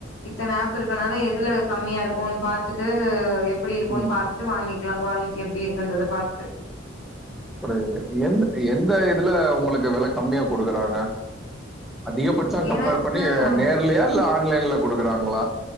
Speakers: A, on the left; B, in the centre.
A: இத்தன ஆப் இருக்கரனால எதுல கம்மியா இருக்கும் பாத்துட்டு எப்படி இருக்கும்ன்னு
B: ம்
A: பாத்துட்டு வாங்கிக்கலாம் குவாலிட்டி எப்டி இருக்குன்றத பாத்துட்டு
B: புரிது‌ எந்த எந்த இதுல ஒங்களுக்கு வெல கம்மியா குடுக்குறாங்க அதிகபட்சம் கம்பேர்
A: எனக்கு
B: பண்ணி நேர்லயா இல்ல ஆன்லைன்ல குடுக்குறாங்களா